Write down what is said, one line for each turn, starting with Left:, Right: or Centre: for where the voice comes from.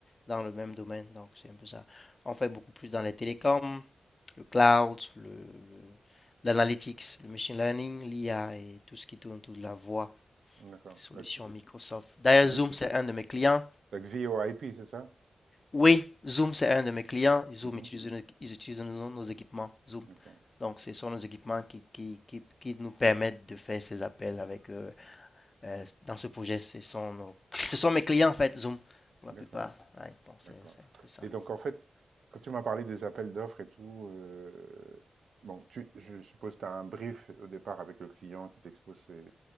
Left: dans le même domaine. Donc, c'est un peu ça. On fait beaucoup plus dans les télécoms, le cloud, le, le- l'analytics, le machine learning, l'IA et tout ce qui tourne autour de la voix,
Right: D'accord.
Left: les solutions
Right: La,
Left: Microsoft. D'ailleurs,
Right: la-
Left: Zoom, c'est un de mes clients.
Right: la VoIP, c'est ça?
Left: Oui, Zoom, c'est un de mes clients. Zoom
Right: Mhm.
Left: utilise, nos- ils utilisent nos, nos équipements Zoom.
Right: D'accord.
Left: Donc, ce sont nos équipements qui, qui, qui, qui nous permettent de faire ces appels avec eux euh, dans ce projet. Ce sont, nos- ce sont mes clients, en fait, Zoom, pour la
Right: D'accord.
Left: plupart. Ouais, donc, c'est
Right: D'accord.
Left: c'est un peu ça.
Right: Et donc, en fait, quand tu m'as parlé des appels d'offres et tout, euh, bon, tu, je suppose que tu as un brief au départ avec le client qui t'expose ses-